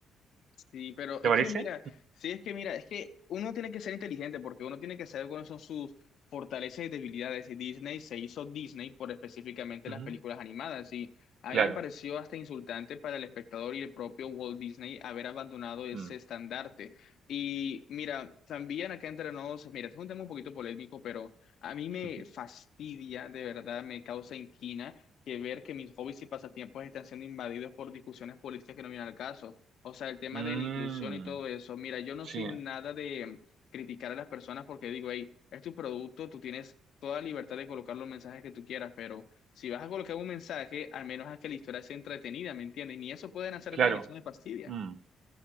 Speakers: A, on the left (about 70°); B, on the right (about 60°).
A: Sí, pero
B: ¿Te
A: es
B: parece?
A: que mira, sí es que mira, es que uno tiene que ser inteligente porque uno tiene que saber cuáles son sus fortalezas y debilidades. Y Disney se hizo Disney por específicamente
B: Ujú,
A: las películas animadas. Y a
B: Claro.
A: mí me pareció hasta insultante para el espectador y el propio Walt Disney haber abandonado ese
B: Mm.
A: estandarte. Y mira, también acá entre nos, mira, este es un tema un poquito polémico, pero a mí
B: <laughs>
A: me fastidia, de verdad, me causa inquina. que ver que mis hobbies y pasatiempos están siendo invadidos por discusiones políticas que no vienen al caso. O sea, el tema
B: Mm,
A: de la inclusión y todo eso. Mira, yo no
B: sí,
A: soy un nada de mm, criticar a las personas porque digo, hey, es tu producto, tú tienes toda libertad de colocar los mensajes que tú quieras, pero si vas a colocar un mensaje, al menos haz que la historia sea entretenida, ¿me entiendes? Ni eso pueden hacer
B: claro.
A: bien, eso me fastidia.
B: Mm.